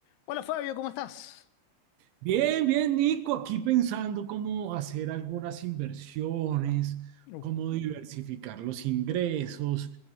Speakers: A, on the left (about 80°); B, on the right (about 75°).
A: Hola Fabio, ¿cómo estás?
B: Bien, bien, Nico, aquí pensando cómo hacer algunas inversiones,
A: Uh,
B: cómo diversificar los ingresos.